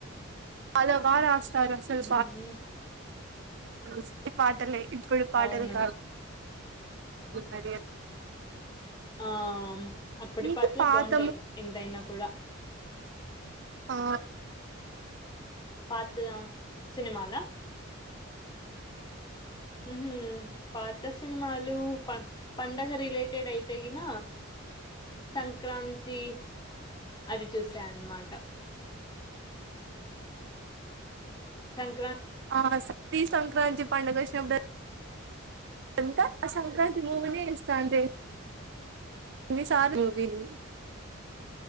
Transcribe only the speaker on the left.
ఉమ్,
అవును
ఆ అప్పుడి
పాట్లే
బాగుంటాయి ఎంతైనా కూడా
పాత సినిమాల మ్మ్ పాత సినిమాలు ప పండగ రిలేటెడ్ అయితేన సంక్రాంతి అది చూస్త చెన్మాట సం